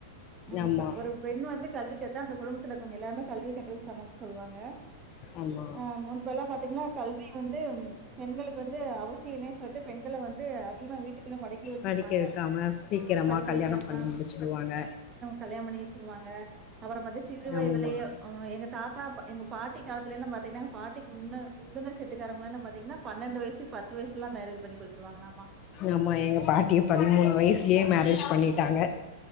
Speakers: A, on the right (about 30°); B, on the left (about 40°).
A: உம்
B: ஆமா
A: ஒரு பெண் வந்து கல்வி கத்தா அந்த குடும்பத்துல இருக்கவங்க எல்லாமே கல்வி கட்டுறது சமம் சொல்லுவாங்க
B: ஆமா
A: அஹ் முன்பெல்லா பாத்தீங்னா கல்வி வந்து பெண்களுக்கு வந்து அவசியோ இல்லனு சொல்ட் பெண்கள வந்து அதிகமா வீட்டுக்குள்ள மொடக்கியே வச்சிருப்பாங்க
B: படிக்க வைக்காம சீக்கிரமாக
A: படிக்க
B: கல்யாணம்
A: வைக்காம
B: பண்ணி முடிச்சிடுவாங்க
A: கல்யாண பண்ணி வச்சிருவாங்க அப்றோ பாத்த சிறு வயதுலயோ
B: ஆமாம்
A: அ எங்க தாத் எங்க பாட்டி காலத்துலைலா பாத்தீங்கனா பாட்டிக்கு முன்ன முந்துன செட்டுக்காரவுங்களைலா பாத்தீங்கனா பன்னன்டு வயசு பத்து வயசுலா மேரேஜ் பண்ணி குடுத்ருவாங்கலாமா
B: ஆமா எங்க பாட்டியே பதிமூனு வயசுலயே மேரேஜ் பண்ணி விட்டாங்க